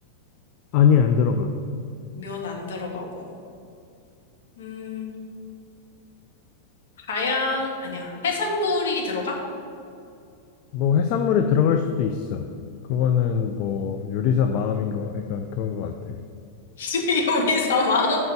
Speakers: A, on the left; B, on the left.
A: 아니, 안 들어가.
B: 면 안 들어가고. 음, 다양, 아니야. 해산물이 들어가?
A: 뭐 해산물이 들어갈 수도 있어. 그거는 뭐 요리사 마음인 거, 그러니까 그런 거 같아.
B: <laughs> 요리 사망?